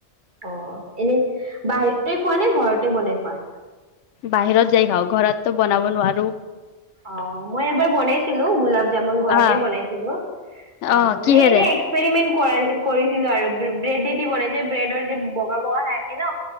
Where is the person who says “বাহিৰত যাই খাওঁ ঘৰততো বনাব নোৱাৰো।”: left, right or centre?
Left